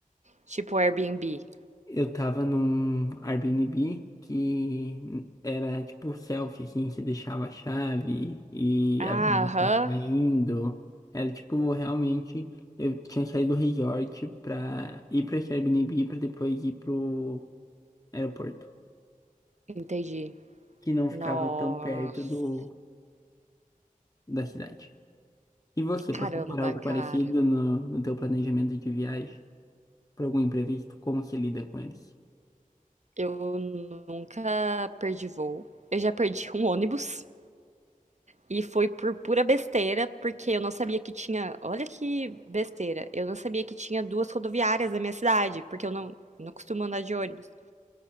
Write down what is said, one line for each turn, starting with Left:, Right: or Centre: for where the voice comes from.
Right: tipo Airbnb?
Left: Eu tava num Airbnb que era tipo selfie, assim, você deixava a chave e
Right: Ah,
Left: avisava
Right: aham.
Left: que tava saindo. Era tipo, realmente, eu tinha saído do resort pra ir pra esse Airbnb pra depois ir pro aeroporto.
Right: Entendi.
Left: que não ficava
Right: Nossa.
Left: tão perto do, da cidade. E você,
Right: Caramba,
Left: passou por algo
Right: cara.
Left: parecido no, no teu planejamento de viagem? Por algum imprevisto? Como você lida com eles?
Right: Eu nunca perdi voo. Eu já perdi um ônibus e foi por pura besteira, porque eu não sabia que tinha. Olha que besteira. Eu não sabia que tinha duas rodoviárias na minha cidade, porque eu não, não costumo andar de ônibus.